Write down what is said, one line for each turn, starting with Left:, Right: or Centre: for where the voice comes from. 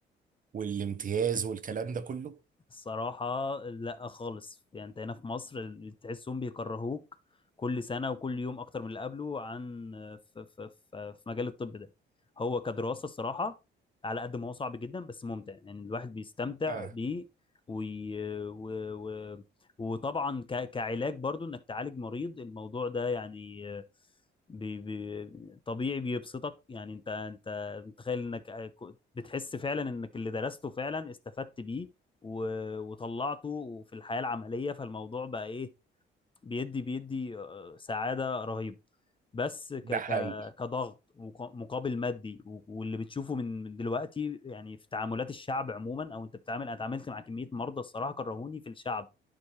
Right: والامتياز والكلام ده كله
Left: الصراحة لا خالص يعني انت هنا في مصر تحسهم بيكرهوك كل سنة وكل يوم أكتر من اللي قبله عن في, في, في, في مجال الطب ده هو كدراسة الصراحة على قد ما هو صعب جدا بس ممتع يعني الواحد بيستمتع
Right: اه
Left: بيه وي... و... و... وطبعا ك... كعلاج برضو انك تعالج مريض الموضوع ده يعني بي... بي... طبيعي بيبسطك يعني انت انت متخيل انك بتحس فعلا انك اللي درسته فعلا استفدت بيه و- وطلعته في الحياة العملية فالموضوع بقى ايه بيدي بيدي آه، سعادة رهيبة بس ك
Right: ده
Left: ك
Right: حقيقي
Left: كضغط وق- مقابل مادي و- واللي بتشوفه من من دلوقتي يعني في تعاملات الشعب عموما او انت بتعامل انا اتعاملت مع كمية مرضى الصراحة كرهوني في الشعب